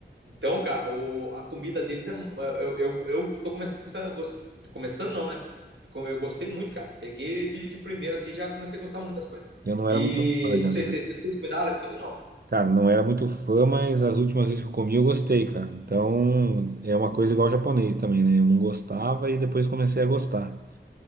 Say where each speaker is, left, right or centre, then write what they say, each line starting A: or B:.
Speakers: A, on the right; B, on the right.
A: Então, cara, o, a comida deles é. Eu, eu, eu tô começando, eu gost, tô começando não, né? Eu gostei muito, cara. Peguei de, de primeira, assim, já comecei a gostar muito das coisas.
B: Eu não
A: E
B: era muito fã, já.
A: não sei se
B: já-
A: você curte comida árabe também ou não.
B: Cara, não era muito fã, mas as últimas vezes que eu comi eu gostei, cara. Então é uma coisa igual ao japonês também, né? Eu não gostava e depois comecei a gostar.